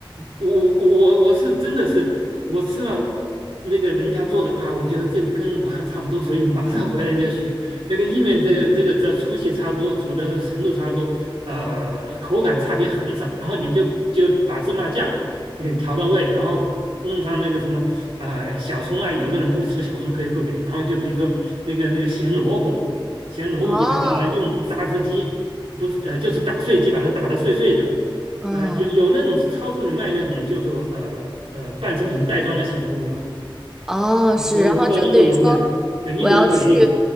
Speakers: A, on the right; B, in the centre.
A: 我我我是真的是我吃了那个人家做的啊，我觉得这个跟武汉差不多，所以马上回来就学那个意面，这个这个只要粗细差不多，煮的程度差不多，呃，口感差别很少，然后你就就把芝麻酱。嗯，调到位，然后弄上那个什么啊、小葱啊，有的人不吃小葱可以不给，然后就比如说那个那个咸萝卜，咸萝卜你把它用榨汁机不是呃就是打碎机把它打得碎碎的，
B: 哦，嗯。
A: 呃有有那种超市里卖那种就说呃呃半成品袋装的咸萝卜嘛，
B: 哦，是，
A: 呃我不知道英国有没有，
B: 然后就等于说
A: 呃英国应该也有，
B: 我要去，